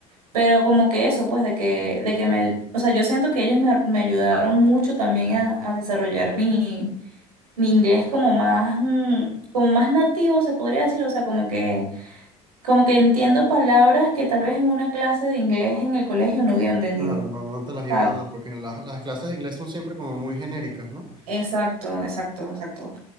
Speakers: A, on the right; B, on the right.
A: pero como que eso, pues, de que, de que me, o sea, yo siento que ellos me, me ayudaron mucho también a, a desarrollar mi, mi inglés como más, mm, como más nativo, se podría decir, o sea, como que, como que entiendo palabras que tal vez en una clase de inglés en el colegio no hubiera entendido.
B: Claro, no, no te las iban
A: Ah,
B: a dar, porque las, las clases de inglés son siempre como muy genéricas, ¿no?
A: exacto, exacto, exacto.